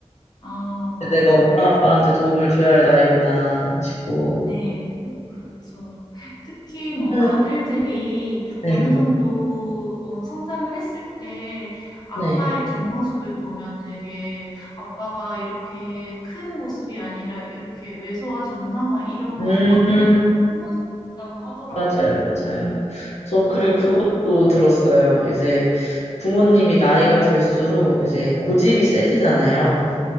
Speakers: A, on the left; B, on the left.
A: 아 맞아요,
B: 내가 엄마
A: 맞아요.
B: 아빠한테 도움을 줘야 할 나이구나 싶고.
A: 네. 그렇죠. 특히 뭐
B: 네.
A: 아들들이
B: 네네.
A: 어느 정도 어 성장을 했을 때 아빠의
B: 네.
A: 뒷모습을 보면 되게 '아빠가 이렇게 큰 모습이 아니라 이렇게 왜소하셨나?' 막 이런 거를
B: 음,
A: 느낄 때가 한 번씩 있다고 하더라고요.
B: 맞아요, 맞아요. 저 그리고
A: 네.
B: 그것도 들었어요. 이제 부모님이 나이가 들수록 이제 고집이 세지잖아요.